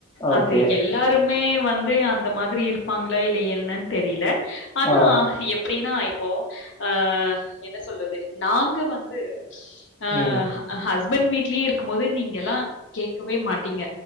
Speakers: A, on the left; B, on the left.
A: ஓகே.
B: அது எல்லாரும் ருமே வந்து அந்த மாதிரி இருப்பாங்களா இல்லையன்னன்னு தெரியல ஆனா
A: ஆ.
B: எப்ப அப்படின்னா இப்போ ஹ என்ன சொல்றது நாங்க வந்து அஹ்
A: ம்.
B: ஹஸ்பான்ட் வீட்லயே இருக் இருகும் போது நீங்க எல்லாம் கேட்கவே மாட்டீங்க